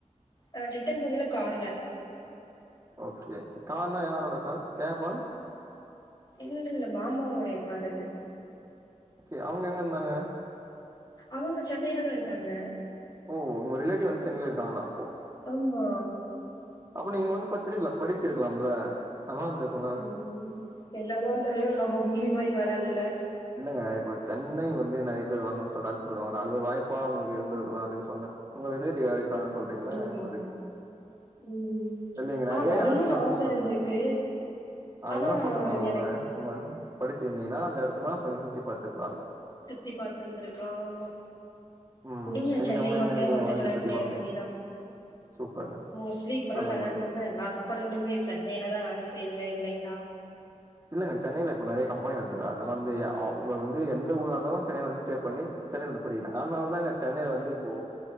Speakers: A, on the left (about 35°); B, on the right (about 25°).
A: ஆ ரிட்டன் போகைல கார்ல
B: ஓகே கார்னா யாரோட கார் கேஃபா
A: இல்ல இல்ல மாமாவுடைய கார் அது
B: ஓகே அவுங்க எங்க இந்தாங்க
A: அவுங்க சென்னைலதா இருக்காங்க
B: ஓ ஒங்க ரிலேட்டிவ் வந்து சென்னைல இருக்காங்ளா
A: ஆம்மா
B: அப்ப நீங்க வந்து பத்துருக்லா படிச்சிருக்கலாம்ல நல்லா இருந்திருக்குல்ல
A: உம் என்னதா இந்தாலு நம்ம பூமி மாரி வராதுல்ல
B: இல்லங்க இப்ப சென்னை வந்து நெறையப் பேர் வர்ணுன் சொல்ட்டு ஆச படுவாங்க இல்ல அதுவே ஒரு வாய்ப்பா உங்களுக்கு இருந்துருக்குலா அதுக்கு சொன்ன ஒங்க ரிலேட்டிவ் யாரோ இருக்காங்கன் சொல்றிங்கில்ல
A: அப்டிங்களா?
B: அதுக்கு
A: ம்.
B: இல்ல இங்க
A: ஆ
B: நெறைய
A: வரணும்னு
B: எட இருக்லா சுத்தி
A: ஆச
B: பாக்கற
A: இருந்திருக்கு.
B: அதுதா
A: ஆனா
B: சொல்ற நானு உங்க
A: எனக்கு
B: இங்க வந்து படிச்சிருந்தீனா அந்த இடத்தெல்லா கொஞ்ச சுத்தி பாத்து
A: சுத்தி பாத்திந்திருக்லா ஆமா
B: ம்
A: வுடுங்க
B: இதுக்கப்புறமா
A: சென்னை
B: எங்கருந்து
A: மாப்பிளையா
B: நீங்க
A: பாத்து
B: வந்து
A: கல்யாண்
B: சுத்தி
A: பண்ணிற
B: பாப்பீங்க
A: வேண்டிதா
B: சூப்பர்ங்க
A: மோஸ்லி இப்பலா
B: நல்ல
A: கல்யாணம்
B: முடிவு
A: பண்ண எல்லா பசனங்ளுமே சென்னைலதா வேல செய்துங்க இல்லைங்ளா
B: இல்லங்க சென்னைல இப்ப நெறைய கம்பெனி வந்துல அதனால வந்து எ அவுங்க வந்து எந்த ஊரா இந்தாலு சென்னைல வந்து ஸ்டே பண்ணி சென்னைலந்து படிக்கிறாங்க அத்னால் தாங்க சென்னைல வந்து இப்போ